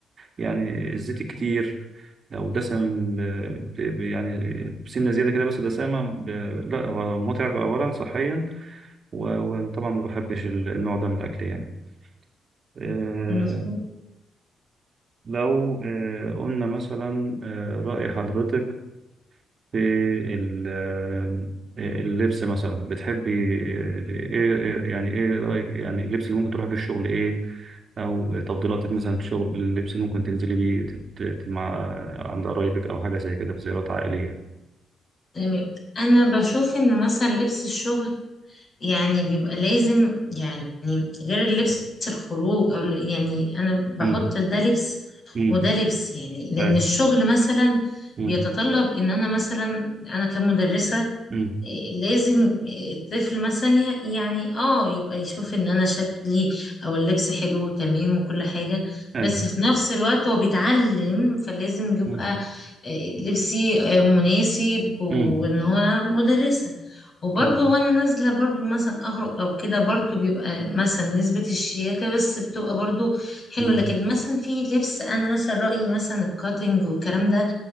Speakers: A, on the right; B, on the left.
A: يعني الزيت الكتير لو دسم آه، ب- ب- يعني بسنه زياده كده بس دسامه ب... لا هو متعب اولا صحيا و- وطبعا ما بحبش ال- النوع ده من الاكل يعني آه
B: مظبوط
A: لو آه قلنا مثلا آه راي حضرتك في ال- آه، اللبس مثلا بتحبي ايه إيه- يعني ايه رأيك يعني اللبس اللي ممكن تروحي بيه الشغل ايه او تفضيلاتك مثلا في الشغل اللبس اللي ممكن تنزلي بيه تت- تت- مع عند قرايبك او حاجه زي كده في زيارات عائليه
B: تمام انا بشوف ان مثلا لبس الشغل يعني بيبقى لازم يعني غير اللبس الخروج او ال- يعني انا بحط
A: امم
B: ده لبس
A: امم
B: وده لبس يعني لان
A: اي
B: الشغل مثلا
A: امم
B: بيتطلب ان انا مثلا انا كمدرسة
A: امم
B: إيه، لازم الطفل مثلا ي- يعني اه يبقى يشوف ان انا شكلي او اللبس حلو وتمام وكل حاجة
A: اي
B: بس في نفس الوقت هو بيتعلم فلازم يبقى
A: امم
B: إيه، لبسي آه، مناسب وان
A: امم
B: هو أنا مدرسة وبرضه
A: أي.
B: وانا نازله برضه مثلا اخرج او كده برضه بيبقى مثلا نسبه الشياكه بس بتبقى برضه حلوه
A: أمم.
B: لكن مثلا في لبس انا مثلا رايي مثلا الكاتنج والكلام ده